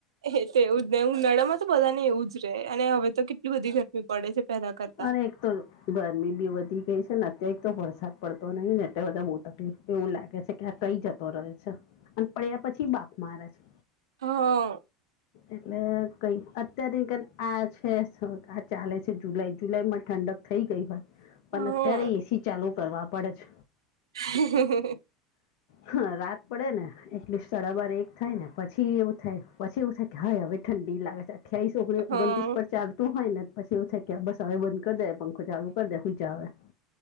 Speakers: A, on the right; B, on the left.
A: એ તો એવું ને ઉનાળામાં તો બધા ને એવું જ રહે અને હવે તો કેટલી બધી ગરમી પડે છે. પેલા કરતા
B: અને એક તો ગરમી બી વધી ગઈ છે ને અત્યારે એક તો વરસાદ પડતો નહી ને એટલે બધા બો તકલીફ એવું લાગે છે. કયા કઈ જતો રહે છે અને એના પડ્યા પછી બાફ મારે છે.
A: હા.
B: એટલે કઈ અત્યારે કે આ છે આ <unintelligible> ચાલે છે જુલાઈ જુલાઈમાં ઠંડક થઈ ગઈ હોય
A: હા
B: પણ અત્યારે એસી ચાલુ કરવા પડે છે.
A: હિ હિ હી એ.
B: હ હા રાત પડે ને એટલી સાડા બાર એક થાય ને પછી એવું થાય પછી એવું થાય કે હા હવે ઠંડી લાગે છે અઠ્યાઈસ ઓગણી
A: હા
B: ઓગણ્રીસ પર ચાલતું હોય ને પછી એવ થાય કે બસ હવે બંધ કરી દેવાય પંખો. પંખો ચાલુ કર દે હૂયજા હવે